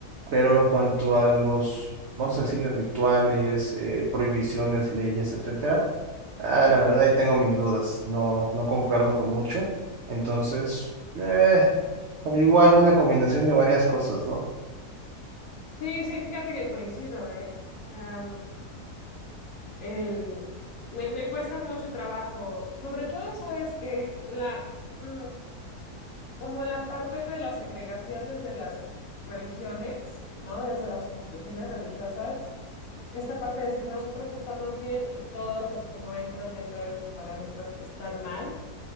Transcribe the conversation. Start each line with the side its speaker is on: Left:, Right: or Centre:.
Right: Pero en cuanto a los, vamos a decirle, rituales, eh, prohibiciones, leyes, etcétera, ah,
Left: ujú.
Right: la verdad ahí tengo mis dudas. No, no concuerdo con mucho. Entonces, eh, como igual una combinación de varias cosas, ¿no?
Left: Sí, sí, fíjate que coincido, ¿eh? O sea... El, me, me cuesta mucho trabajo, sobre todo, sabes que la, mm, como la parte de la segregación desde las religiones, ¿no? Desde las instituciones religiosas, esta parte de decir nosotros estamos bien y todos los que no entran dentro de estos parámetros están mal,